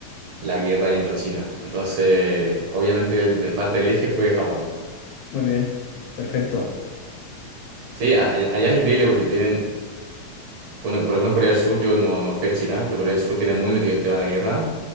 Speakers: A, on the right; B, on the left.
A: la Guerra Indochina. Entonces, obviamente, el de- parte del eje fue Japón.
B: Muy bien. Perfecto.
A: Sí, a- a- allá es increíble porque tienen, bueno, por lo menos Corea del Sur, yo no, no fui a China, pero Corea del Sur tiene muy metido el tema de la guerra